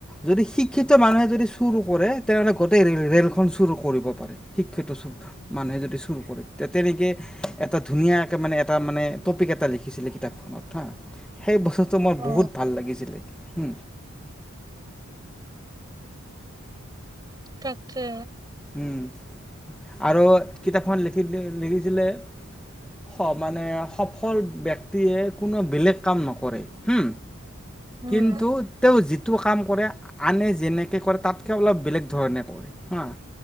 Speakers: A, in the centre; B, on the right (about 15°).
A: যদি শিক্ষিত মানুহে যদি চুৰ কৰে তেনেহ'লে গোটেই ৰেল ৰেলখন চুৰ কৰিব পাৰে শিক্ষিত মানুহে যদি চুৰ কৰে। তে তেনেকে এটা ধুনীয়াকে মানে এটা মানে টপিক এটা লিখিছিলে কিতাপখনত হা, সেই বস্তুটো মোৰ
B: অ
A: বহুত ভাল লাগিছিলে হু।
B: তাকে।
A: উম, আৰু কিতাপখন লিখিপেলাই লিখিছিলে স মানে সফল বক্তিয়ে কোনো বেলেগ কাম নকৰে হু।
B: উম
A: কিন্তু তেওঁ জ কাম কৰে, আনে যেনেকে কৰে তাতকে অলপ বেলেগ ধৰণে কৰে হা